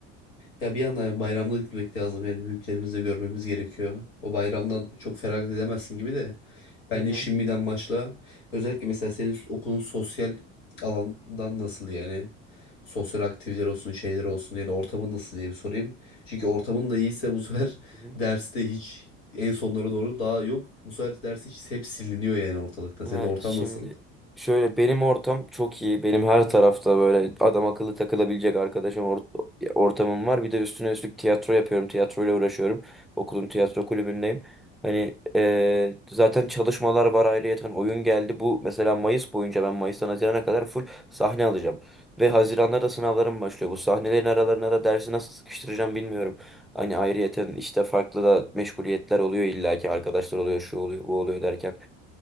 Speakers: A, on the left (about 80°); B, in the centre.
A: Ya bir yandan bayramda gitmek lazım yani büyüklerimizi de görmemiz gerekiyor. O bayramdan çok feragat edemezsin gibi de. Bence
B: Hı hı.
A: şimdiden başla. Özellikle mesela senin okulun sosyal alandan nasıl yani? Sosyal aktiviteler olsun, şeyler olsun yani ortamın nasıl diye bir sorayım. Çünkü ortamın da iyiyse bu sefer
B: hı
A: <laughs>
B: hı.
A: derste hiç en sonlara doğru daha yok. Bu sefer ders hiç hep siliniyor yani ortalıkta. Senin
B: Ha,
A: ortam
B: şimdi
A: nasıl?
B: şöyle benim ortam çok iyi. Benim her tarafta böyle adam akıllı takılabilecek arkadaşım or- ortamım var. Bir de üstüne üstlük tiyatro yapıyorum. Tiyatroyla uğraşıyorum. Okulun tiyatro kulübündeyim. Hani eee, zaten çalışmalar var ayrıyeten Hani oyun geldi. Bu mesela Mayıs boyunca ben Mayıs'tan Haziran'a kadar full sahne alacağım. Ve Haziran'da da sınavlarım başlıyor. Bu sahnelerin aralarına da dersi nasıl sıkıştıracağım bilmiyorum. Hani ayrıyeten işte farklı da meşguliyetler oluyor illaki arkadaşlar oluyor şu oluyor bu oluyor derken.